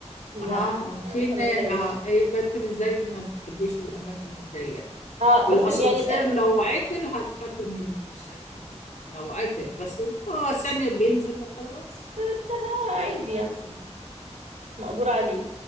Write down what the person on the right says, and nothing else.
لا
ما
ما كملتهاش
اه
بس يعني م-
م-
بس
عادي يعني مقدور عليه